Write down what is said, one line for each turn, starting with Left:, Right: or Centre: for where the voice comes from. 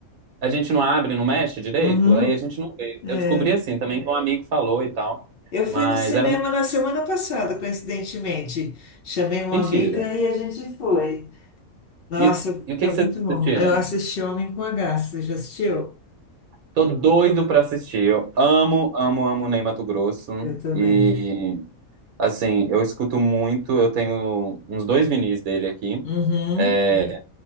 Right: a gente não abre, não mexe direito,
Left: Uhum.
Right: aí a gente não vê.
Left: É.
Right: Eu descobri assim também que um amigo falou e tal,
Left: Eu fui
Right: mas
Left: no cinema
Right: era
Left: na semana passada, coincidentemente. Chamei uma
Right: Mentira.
Left: amiga e a gente foi. Nossa,
Right: E, o- e o que
Left: foi
Right: que
Left: muito
Right: vocês assistiram?
Left: bom. Eu assisti Homem com H. Você já assistiu?
Right: Tô doido pra assistir. Eu amo, amo, amo Ney Matogrosso.
Left: Eu também.
Right: E, assim, eu escuto muito. Eu tenho uns dois vinis dele aqui.
Left: Uhum.
Right: É,